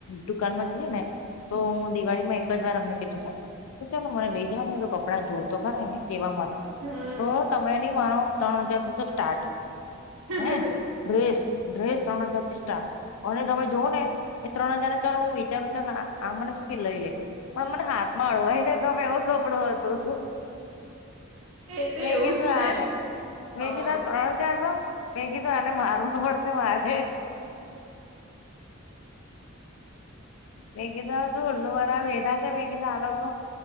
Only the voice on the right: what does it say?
હમ
હમ
હ <unintelligible>
એ તો
એવું
જ ને
હા